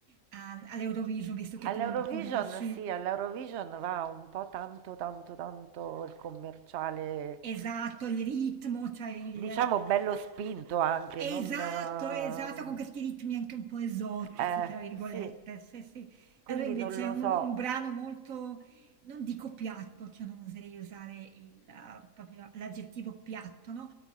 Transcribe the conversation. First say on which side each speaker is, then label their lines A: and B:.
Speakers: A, on the right; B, on the right.
A: al- all'Eurovision, visto che
B: All'Eurovision,
A: tu non lo conosci.
B: sì, all'Eurovision va un po' tanto, tanto, tanto il commerciale
A: Esatto, il ritmo, cioè il...
B: Diciamo bello spinto anche,
A: Esatto,
B: non... Eh,
A: esatto, con questi ritmi anche un po' esotici,
B: eh,
A: tra virgolette.
B: sì,
A: Sì, sì. E
B: quindi
A: allora invece
B: non lo
A: è un,
B: so.
A: un brano molto, non dico piatto, cioè non oserei usare il, eh, proprio l'aggettivo piatto, no?